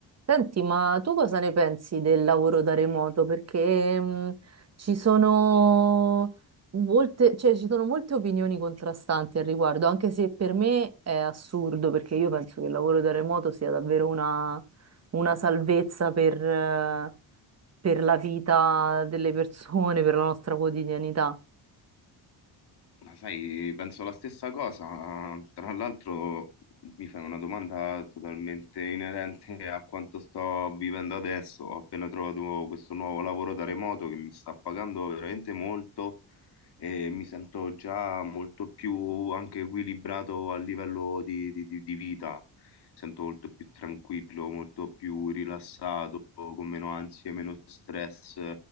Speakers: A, on the right; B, on the left.
A: Senti, ma tu cosa ne pensi del lavoro da remoto? Perché mh, ci sono molte, cioè, ci sono molte opinioni contrastanti al riguardo, anche se per me è assurdo, perché io penso che il lavoro da remoto sia davvero una, una salvezza per, eh, per la vita delle persone, per la nostra quotidianità.
B: Ma sai, penso la stessa cosa. Tra l'altro, mi fai una domanda totalmente inerente a quanto sto vivendo adesso. Ho appena trovato questo nuovo lavoro da remoto che mi sta pagando veramente molto e mi sento già molto più anche equilibrato a livello di, di- di- di vita. Sento molto più tranquillo, molto più rilassato, con meno ansie, meno stress.